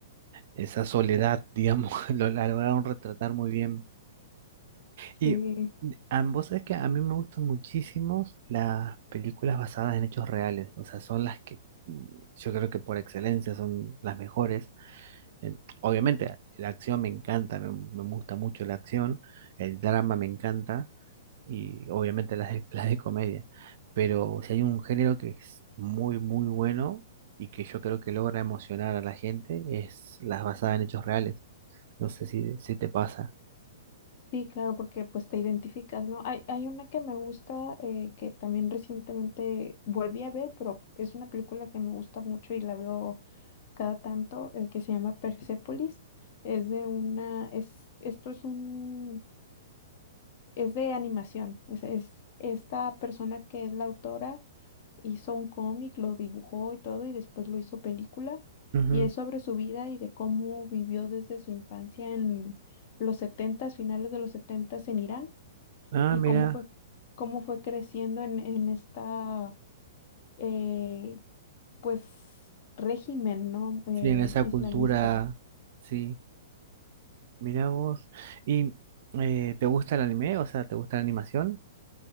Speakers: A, on the right; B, on the left.
A: esa soledad, digamos, <laughs> lo, la lograron retratar muy bien. Y
B: Sí,
A: ambos, es que a mí me gustan muchísimo las películas basadas en hechos reales, o sea, son las que mm, yo creo que por excelencia son las mejores. Eh, Obviamente, la acción me encanta, me, me gusta mucho la acción, el drama me encanta y obviamente las de, <laughs> las de comedia, pero si hay un género que es muy, muy bueno y que yo creo que logra emocionar a la gente, es las basadas en hechos reales. No sé si, si te pasa.
B: sí, claro, porque pues te identificas, ¿no? Hay, hay una que me gusta, eh, que también recientemente volví a ver, pero es una película que me gusta mucho y la veo cada tanto, eh, que se llama Persepolis. Es de una, es, esto es un es de animación. Es, es- esta persona que es la autora hizo un cómic, lo dibujó y todo, y después lo hizo película.
A: Ujú.
B: Y es sobre su vida y de cómo vivió desde su infancia en los setentas, finales de los setentas en Irán,
A: Ah,
B: y
A: mira.
B: cómo fue, cómo fue creciendo en, en esta eh, pues régimen, ¿no? Eh,
A: Sí, en esa
B: islamista.
A: cultura, sí. Mira vos. ¿Y eh, te gusta el anime? O sea, ¿te gusta la animación?